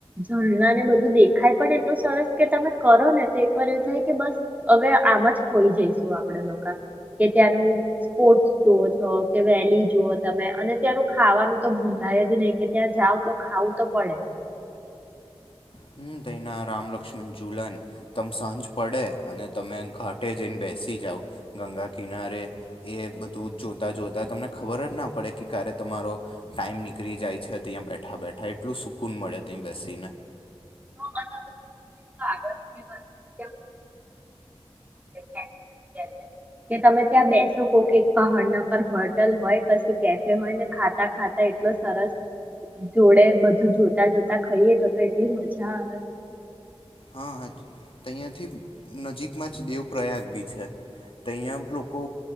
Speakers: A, on the right (about 15°); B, on the left (about 60°).
A: જલણાને બધું દેખાય પણ એટલું સરસ કે તમે કરો ને તો એક વાર એ થાય કે બસ હવે આમ જ ખોઈ જઈશું આપડ લોકો કે ત્યાંનું સ્પોર્ટ શો <unintelligible> કે. લી જુઓ તમે અને ત્યાંનું ખાવાનું તો ભૂલાય જ નહી કે ત્યાં જાવ તો ખાવું તો પડે જ.
B: હમ <unintelligible> રામ લક્ષ્મણ જઝુલન તમ સાંજ પડે અને તમે ઘાટે જઈને બેસી જાઓ ગંગા કિનારે એ બધું જોતાં જોતાં તમને ખબર જ ના પડે કે ક્યારે તમારો ટાઈમ નીકળી જાય છે, <unintelligible> બેઠા બેઠા એટલું સુકૂન મળે ત્યાં બેસીને.
A: હા, અને હવે <inaudible> <unintelligible> તમે ત્યાં બેસો કો કે એક પહાડના પર હોટલ હોય પછી કેફે હોય ને ખાતા ખાતા એટલો સરસ જોડે બધું જોતા જોતા ખાઈએ તો તો એટલી મજા આવે.
B: હા હા અહીંયાથી નજીકમાં જ દેવપ્રયાગ બી છે, તો અહીંયા લોકો